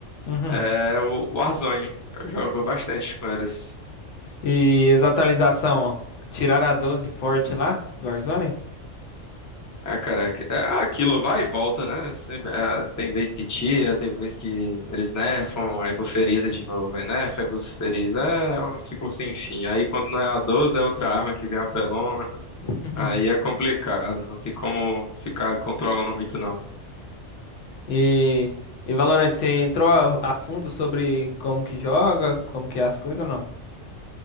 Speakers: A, on the left; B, on the left.
A: ou não?
B: É
A: Uhum.
B: o Warzone, eu jogo bastante com eles.
A: E as atualizações, tiraram a 12 forte lá do Warzone?
B: Ah, cara, aqu- é aquilo vai e volta, né? Sempre, é, tem vez que tira, tem vez que eles nerfam, aí buferiza de novo, aí nerfa, aí buferiza. É é um ciclo sem fim. Aí quando não é a 12, é outra arma que vem apelona. <laughs>
A: <laughs>
B: Aí é complicado, não tem como ficar controlando muito, não.
A: E, e Valorant, você entrou a, a fundo sobre como que joga, como que é as coisas ou não?